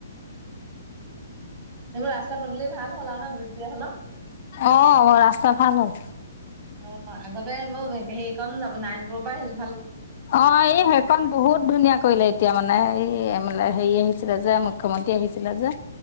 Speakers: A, on the right; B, on the left.
A: এইবোৰ ৰাস্তা বদলি ভাল হ'ল আৰু ন বিপি‌ এল খনৰ‌
B: অ' ৰাস্তা ভাল হ'ল
A: অ। অ আগতে এইবোৰ হেৰি কন যাব নাৰয়ণপুৰৰ পৰা আহি
B: অ এই সেইখন বহুত ধুনীয়া কৰিলে এতিয়া মানে এই হেৰি আহিছিলে যে মুখ্যমন্ত্ৰী আহিছিলে যে।